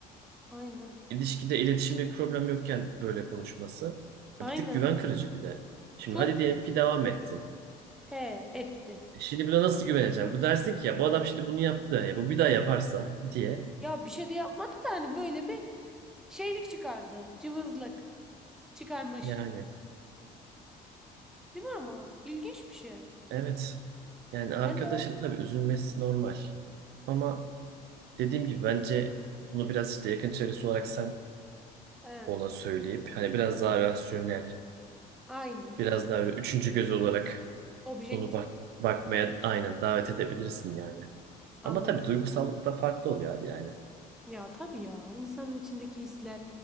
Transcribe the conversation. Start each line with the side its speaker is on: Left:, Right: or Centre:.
Centre: aynen.
Right: İlişkide, iletişimde bir problem yokken böyle konuşması
Centre: Aynen.
Right: e, bir tık güven kırıcı bir de. Şimdi
Centre: Çok
Right: hadi diyelim ki devam ettin.
Centre: he etti.
Right: E, Şimdi buna nasıl güveneceğim? Bu dersin ki ya bu adam şimdi bunu yaptı. E, bu bir daha yaparsa diye.
Centre: Ya bir şey de yapmadı da hani böyle bir şeylik çıkardı. Cıvızlık çıkarmış.
Right: Yani
Centre: Değil mi ama? İlginç bir şey.
Right: evet. Yani arkadaşın
Centre: Ben de o-
Right: tabii üzülmesi normal. Ama dediğim gibi bence bunu biraz işte yakın çevresi olarak sen
Centre: he.
Right: ona söyleyip hani biraz daha rasyonel,
Centre: Aynen.
Right: biraz daha böyle üçüncü göz olarak
Centre: Objektif.
Right: onu bak bakmaya aynen davet edebilirsin yani.
Centre: Anladım.
Right: Ama tabii duygusallık da farklı oluyor abi yani.
Centre: Ya tabii ya insanın içindeki hisler